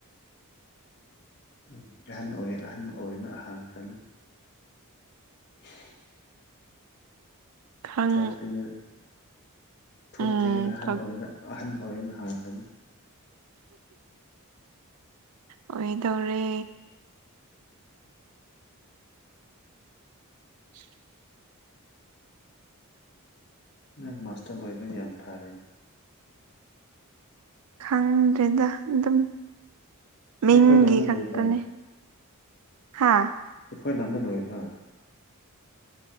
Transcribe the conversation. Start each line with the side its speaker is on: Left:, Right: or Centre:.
Left: ꯎꯝ ꯑꯍꯟ ꯑꯣꯏ ꯑꯍꯟ ꯑꯣꯏꯕꯅ ꯍꯥꯟꯈ꯭ꯔꯅꯤ <inaudible>
Right: ꯈꯪ
Left: ꯊꯣꯛꯇ꯭ꯔꯤꯉꯩꯗ
Right: ꯎꯝ
Left: ꯊꯣꯛꯇ꯭ꯔꯤꯉꯩꯗ ꯑꯍꯟ ꯑꯣꯏꯕꯅ ꯑꯍꯟ ꯑꯣꯏꯕꯅ ꯍꯥꯟꯈ꯭ꯔꯅꯤ
Right: ꯑꯣꯏꯗꯧꯔꯦ <unintelligible>
Left: ꯅꯪ ꯃꯥꯁꯇ꯭ꯔ ꯂꯣꯏꯕ ꯌꯥꯝ ꯐꯔꯦꯅꯦ
Right: ꯈꯪꯗ꯭ꯔꯦꯗ ꯑꯗꯨꯝ
Left: ꯁꯤ
Right: ꯃꯤꯡꯒꯤ
Left: ꯑꯩꯈꯣꯏ ꯂꯝꯗ ꯂꯣꯏꯕ꯭ꯔꯥ
Right: ꯈꯛꯇꯅꯦ ꯍꯥꯥ
Left: ꯑꯩꯈꯣꯏ ꯂꯝꯅ ꯂꯣꯏꯕ꯭ꯔꯥ